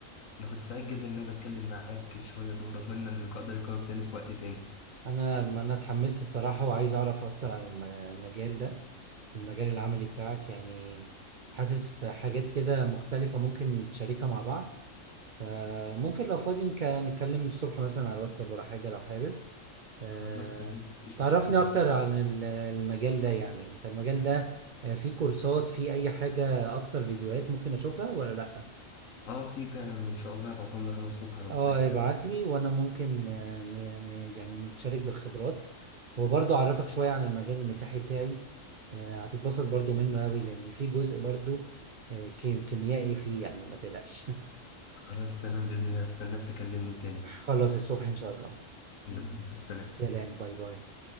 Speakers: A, on the left (about 75°); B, on the right (about 50°).
A: انا كنت سعيد جدا ان انا بتكلم معاك شويه دول اتمنى اللقاء ده يكرر تاني في وقت تاني
B: انا ما انا اتحمست الصراحه وعايز اعرف اكتر عن الم- المجال ده المجال العملي بتاعك يعني حاسس بحاجات كده مختلفه ممكن نشاركها مع بعض فممكن لو فاضي نك- نتكلم الصبح مثلا على الواتساب ولا حاجه لو حابب آه،
A: خلاص تمام مفيش
B: تعرفني
A: مشكله
B: اكتر عن ال- المجال ده يعني انت المجال ده آه، فيه كورسات فيه اي حاجه اكتر فيديوهات ممكن اشوفها ولا لا
A: اه في فعلا ان شاء الله هبعتهم لك انا الصبح على الواتساب
B: اه ابعت لي وانا ممكن آه، ن- ن- يعني نتشارك بالخبرات وبرضه اعرفك شوية عن المجال المسيحي بتاعي آه، هتتبسط برضه منه قوي لان في جزء برضه آه، كي- كيميائي فيه يعني ما تقلقش
A: خلاص تمام باذن الله هستناك تكلمني تاني
B: <laughs> خلاص الصبح ان شاء الله
A: يلا مع السلامه
B: سلام باي باي